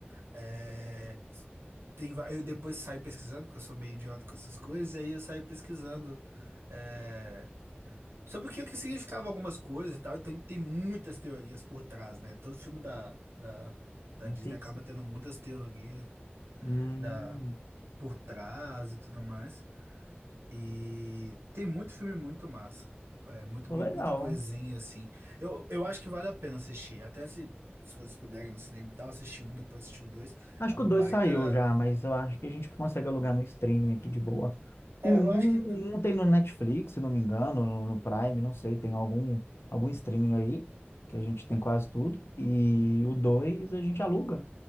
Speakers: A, on the right; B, on the left.
A: É, tem, va- eu depois saí pesquisando, porque eu sou meio idiota com essas coisas, e aí eu saí pesquisando. é, sobre o que, o que significava algumas coisas e tal, então tem muitas teorias por trás, né? Todo filme da, da, da
B: da
A: Disney
B: Pixar.
A: acaba tendo muitas teorias
B: Hum,
A: da, por trás e tudo mais. E tem muito filme muito massa. É, muito,
B: pô,
A: muito-
B: legal.
A: muita coisinha assim. Eu, eu acho que vale a pena assistir. Até se, se vocês puderem no cinema e tal, assistir um, depois assistir o dois.
B: Acho
A: É uma
B: que o 2
A: baita.
B: saiu já, mas eu acho que a gente consegue alugar no streaming aqui de boa.
A: É,
B: O um,
A: eu acho que.
B: o um tem no Netflix, se não me engano, no, no Prime, não sei, tem algum, algum streaming aí, que a gente tem quase tudo. E o 2 a gente aluga.